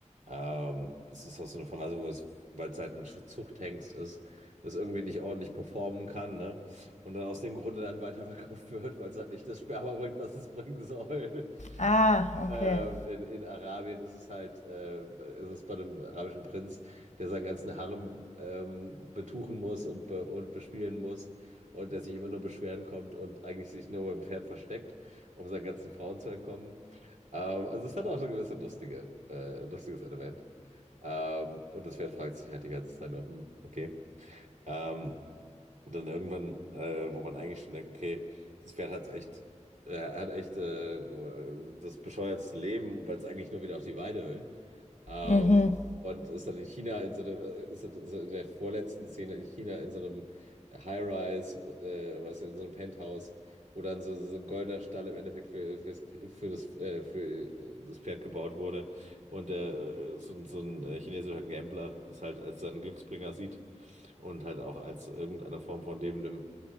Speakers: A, on the right; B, on the left.
A: ähm, es ist auch so eine Phase, wo es, weil es halt ein Schu- Zuchthengst ist, es irgendwie nicht ordentlich performen kann, ne? Und dann aus dem Grunde dann weiterverkauft <laughs> wird, weil es halt nicht das Sperma bringt, was es bringen soll.
B: Ah,
A: Ähm,
B: okay.
A: in, in Arabien ist es halt, äh, ist es bei dem arabischen Prinz, der seinen ganzen Harem ähm, betuchen muss und, be und bespielen muss und der sich immer nur beschweren kommt und eigentlich sich nur beim Pferd versteckt, um seinen ganzen Frauen zu entkommen. Ähm, also es hat auch so gewisse lustige, äh, lustiges Element. Ähm, und das Pferd fragt sich halt die ganze Zeit nur, hm, okay. Ähm, und dann irgendwann, äh, wo man eigentlich schon denkt, okay, das Pferd hat echt, äh, hat echt äh, das bescheuertste Leben, weil es eigentlich nur wieder auf die Weide will. Ähm,
B: Mhm.
A: und ist dann in China in so einem, äh, ist dann so in der vorletzten Szene in China in so einem High-Rise, äh, weißt du, in so einem Penthouse, wo dann so, so ein goldener Stall im Endeffekt für, fürs, für das, äh, für äh, das Pferd gebaut wurde. Und äh, so, ein- so ein äh, chinesischer Gambler es halt als seinen Glücksbringer sieht und halt auch als irgendeine Form von lebendem,